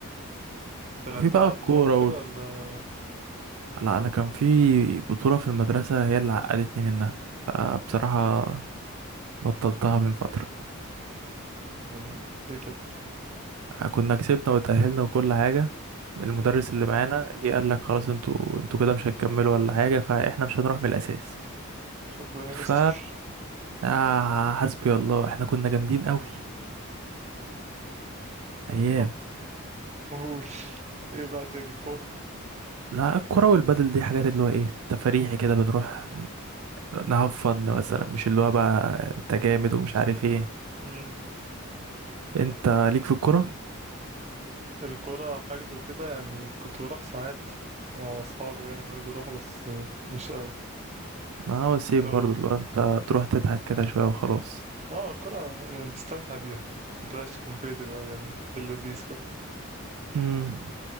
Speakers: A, on the right; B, on the right.
A: انت لعبتها
B: وفي بقى الكورة
A: بطولات وكده ولا
B: لا انا كان في بطولة في المدرسة هي اللي عقدتني منها فبصراحة بطلتها من فترة
A: يا، ليه كده
B: كنا كسبنا وتأهلنا وكل حاجة المدرس
A: امم
B: اللي معانا جه قال لك خلاص انتوا انتوا كده مش هتكملوا ولا حاجة فاحنا مش هنروح من الأساس
A: شكرا يا
B: ف
A: مستر
B: آه حسبي الله احنا كنا جامدين قوي
A: انت
B: ايام
A: قول ايه بقى تاني الكوره
B: لا الكرة والبدل دي حاجات اللي هو ايه تفريحي كده بنروح نهفن مثلا مش اللي هو بقى انت جامد ومش عارف ايه
A: امم
B: انت ليك في الكرة
A: الكرة حجز وكده يعني كنت بروح ساعات مع أصحابي يعني لما يقدروا يروحوا بس مش أوي
B: ما هو سيم
A: طب
B: برضو اللي هو انت تروح تضحك كده شوية وخلاص
A: اه الكرة يعني تستمتع بيها متبقاش كومبيتيتيف أوي يعني في اللذيذ كده
B: امم